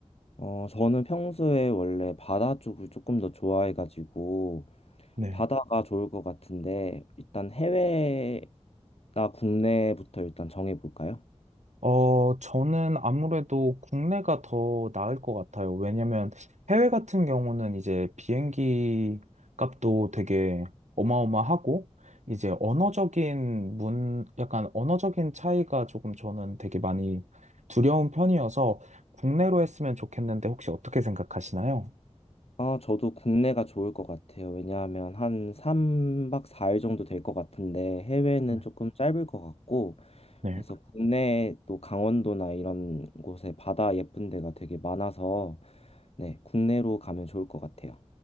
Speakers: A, on the left (about 60°); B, on the right (about 80°).
A: 어, 저는 평소에 원래 바다 쪽을 조금 더 좋아해가지고,
B: 네.
A: 바다가 좋을 것 같은데, 일단 해외나 국내부터 일단 정해볼까요?
B: 어, 저는 아무래도 국내가 더 나을 것 같아요. 왜냐면 해외 같은 경우는 이제 비행기 값도 되게 어마어마하고, 이제 언어적인 문, 약간 언어적인 차이가 조금 저는 되게 많이 두려운 편이어서 국내로 했으면 좋겠는데 혹시 어떻게 생각하시나요?
A: 아, 저도 국내가 좋을 것 같아요. 왜냐하면 한 3박 4일 정도 될 것 같은데, 해외는
B: 네.
A: 조금 짧을 것 같고,
B: 네.
A: 그래서 국내 또 강원도나 이런 곳에 바다 예쁜 데가 되게 많아서, 네, 국내로 가면 좋을 것 같아요.